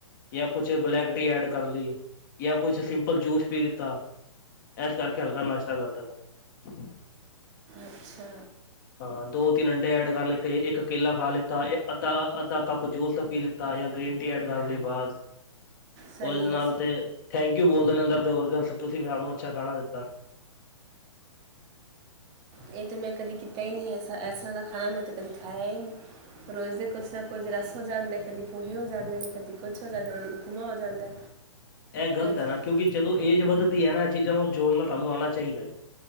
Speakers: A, on the left; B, on the right.
A: ਯਾਂ ਕੁਛ ਬਲੈਕ ਟੀ ਐਡ ਕਰ ਲਈ ਯਾਂ ਕੁਛ ਸਿੰਪਲ ਜੂਸ ਪੀ ਲਿੱਤਾ। ਐਸ ਕਰਕੇ ਹਲਕਾ ਨਾਸ਼ਤਾ ਕਰਦੇ ਪੇ
B: ਅੱਛਾ।
A: ਹਾਂ ਦੋ ਤਿੰਨ ਅੰਡੇ ਐਡ ਕਰ ਲਿੱਤੇ, ਇੱਕ ਕੇਲਾ ਖਾ ਲਿੱਤਾ, ਏ ਅ ਤਾਂ ਅੱਧਾ ਕੱਪ ਜੂਸ ਦਾ ਪੀ ਲਿੱ ਤਾ ਯਾਂ ਗ੍ਰੀਨ ਟੀ ਐਡ ਕਰ ਲਈ ਬਾਸ
B: ਸਹੀ
A: ਓਦੇ
B: ਹੈ
A: ਨਾਲ ਤੇ ਥੈਂਕ ਯੂ ਬੋਲਦੇ ਨਾ ਅੰਦਰ ਤੇ ਹੋਰ ਗੱਲ ਸੋਚੀ ਸੀ ਕਿ ਹਾਨੂੰ ਅੱਛਾ ਖਾਣਾ ਦਿੱਤਾ।
B: ਇਹ ਤਾਂ ਮੈਂ ਕਦੇ ਕੀਤਾ ਈ ਨੀ ਇਸ ਤਰ੍ਹਾਂ ਦਾ ਖਾਣਾ ਮੈਂ ਤਾਂ ਕਦੀ ਖਾਇਆ ਈ ਨੀ ਰੋਜ਼ ਦੇ ਕੁਛ ਨਾ ਕੁਝ ਰਸ ਹੋ ਜਾਂਦਾ ਕਦੀ ਪੋਹੇ ਹੋ ਜਾਂਦੇ ਨੇ ਕਦੀ ਕੁਛ ਹੋ ਜਾਂਦਾ ਕਦੀ ਉਪਮਾ ਹੋ ਜਾਂਦਾ।
A: ਏ ਗ਼ਲਤ
B: ਕਦੀ
A: ਐ ਨਾ ਕਿਉਂਕਿ ਜਦੋਂ ਏਜ ਵੱਧਦੀ ਐ ਨਾ ਇਹ ਚੀਜ਼ਾਂ ਨੂੰ ਜੋੜਨਾ ਸਾਨੂੰ ਆਣਾ ਚਾਹੀਦਾ।